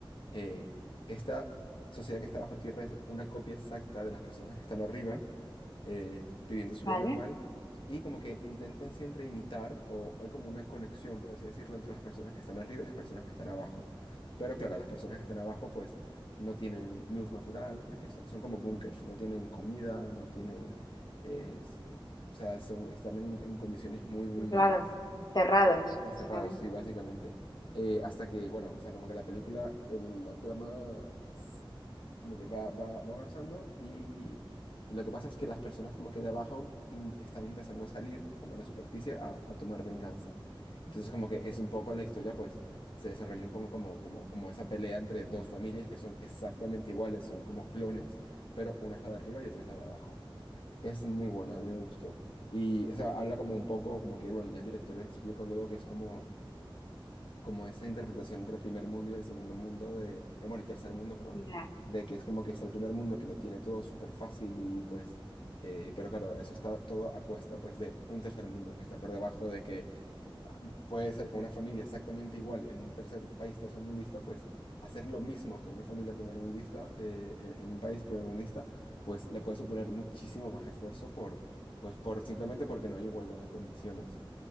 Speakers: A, on the left; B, on the left.
A: eh, esta sociedad que está bajo tierra es una copia exacta de las personas que están arriba, eh, viviendo su
B: vale.
A: vida normal, y como que intentan siempre imitar, o, o hay como una conexión, por así decirlo, entre las personas que están arriba y las personas que están abajo. Pero claro, las personas que están abajo pues no tienen luz natural, porque so- son, como búnkers, no tienen comida, no tienen... eh, s- o sea, son, están en en condiciones muy, muy
B: Pues
A: malas.
B: Claro, cerrados,
A: Eh, encerrados,
B: básicamente.
A: sí, básicamente. Eh, hasta que, bueno, o sea, como que la película, el- la trama, s- como que va, va, va avanzando y, y lo que pasa es que las personas como que de abajo in- están empezando a salir, como a la superficie, a, a tomar venganza. Entonces como que es un poco la historia, pues se desarrolló un poco como, como, como esa pelea entre dos familias que son exactamente iguales, son como clones, pero una es la de arriba y otra es la de abajo. Es muy buena, a mí me gustó. Y, o sea, habla como un poco, como que, bueno, ya el director explica luego que es como como esa interpretación entre el primer mundo y el segundo mundo de, eh, bueno, el tercer mundo, perdón,
B: Ya,
A: de que es como que está el primer mundo que lo tiene todo súper fácil y pues, eh, pero claro, eso está todo a cuesta pues de un tercer mundo que está por debajo de que la- puede ser que una familia exactamente igual en un tercer país tercermundista, pues hacer lo mismo que una familia primermundista eh, en, en un país primermundista, pues le puede suponer muchísimo más esfuerzo por, pues por simplemente porque no hay igualdad de condiciones.